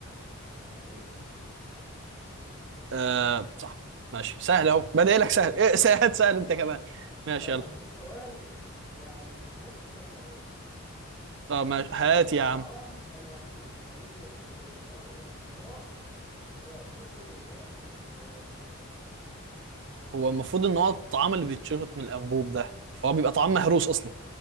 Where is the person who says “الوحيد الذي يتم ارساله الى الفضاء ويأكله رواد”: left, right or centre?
Left